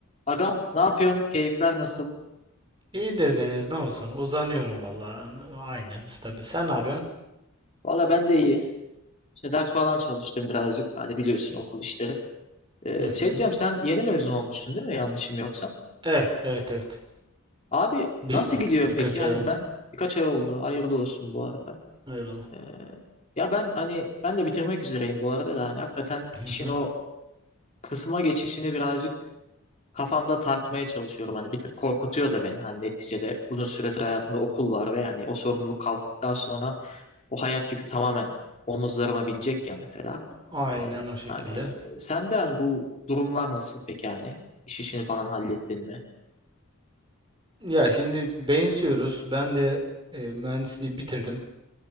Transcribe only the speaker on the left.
Agam ne yapıyorsun? Keyifler nasıl?
Valla ben de iyi. İşte ders falan çalıştım birazcık. Hani biliyorsun okul işleri. Ee,
şey diyeceğim sen yeni mezun olmuştun değil mi? Yanlışım yoksa.
Abi
nasıl gidiyor
peki? Hani
ben birkaç ay oldu. Hayırlı olsun bu arada.
Ee, ya ben hani ben de bitirmek üzereyim bu arada da hani hakikaten
işin
o kısma geçişini birazcık kafamda tartmaya çalışıyorum. Hani bir tık korkutuyor da beni. Hani neticede uzun süredir hayatımda okul var ve hani o sorumluluk kalktıktan sonra o hayat yükü tamamen omuzlarıma binecek ya mesela.
Hani sende hani bu durumlar nasıl peki hani? İş işini falan hallettin mi?